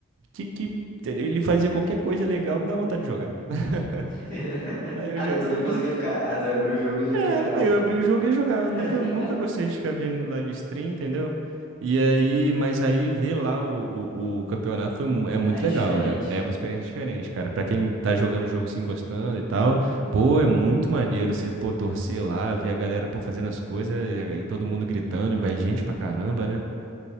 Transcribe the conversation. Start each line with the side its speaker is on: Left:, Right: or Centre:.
Right: Que, que ele fazia qualquer coisa legal, me dá vontade de jogar. <laughs>
Left: <laughs>
Right: Aí eu
Left: Ah,
Right: já
Left: daí
Right: abri,
Left: tu não conseguia ficar... Ah, tu abriu o jogo e ia
Right: é,
Left: jogar daí.
Right: aí eu abri o jogo e ia jogar.
Left: <laughs>
Right: Nunca, nunca gostei de ficar vendo live stream, entendeu? E aí, mas aí ver lá o, o, o campeonato foi, mu- é
Left: Ah,
Right: muito
Left: é
Right: legal.
Left: diferente.
Right: É, é uma experiência diferente, cara. Pra quem tá jogando o jogo, sim, gostando e tal, pô, é muito maneiro você, pô, torcer lá, ver a galera, pô, fazendo as coisas e, e todo mundo gritando, e vai gente pra caramba, né?